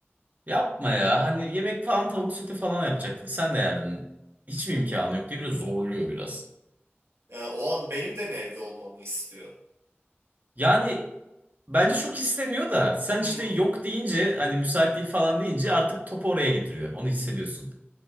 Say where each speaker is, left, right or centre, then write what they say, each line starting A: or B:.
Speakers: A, on the right (about 40°); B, on the right (about 75°).
A: Yapma ya hani yemek falan tavuk sote falan yapacaktık sen de yerdin. Hiç mi imkanı yok diye biraz zorluyor biraz.
B: Yani o an benim de mi evde olmamı istiyor?
A: Yani Bence çok istemiyor da sen
B: Hmm.
A: işte yok deyince hani müsait değil falan deyince artık topu oraya getiriyor. Onu hissediyorsun.